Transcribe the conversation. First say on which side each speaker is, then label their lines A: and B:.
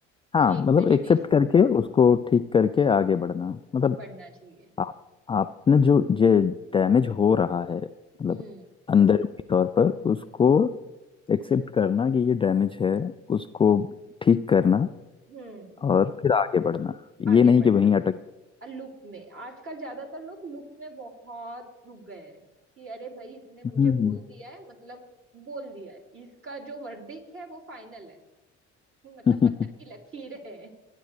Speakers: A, on the left; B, on the right.
A: हाँ
B: ये
A: मतलब
B: एक मेडिटेशन
A: एक्सेप्ट करके
B: में
A: उसको ठीक करके आगे बढ़ना मतलब
B: बढ़ना चाहिए
A: आप आपने जो ये डैमेज हो रहा है मतलब
B: हम्म
A: अंदर के तौर पर उसको एक्सेप्ट करना कि ये डैमेज है उसको ठीक करना
B: हम्म
A: और फिर आगे बढ़ना
B: आगे
A: ये नहीं
B: बढ़ना
A: कि वहीं अटक
B: लूप में आजकल ज्यादातर लोग लूप में बहुत रुक गए हैं कि अरे भाई इसने मुझे
A: हम्म
B: बोल दिया है मतलब बोल दिया है इसका जो वर्डिक है वो फाइनल है मतलब
A: <laughs>
B: पत्थर की लकीर है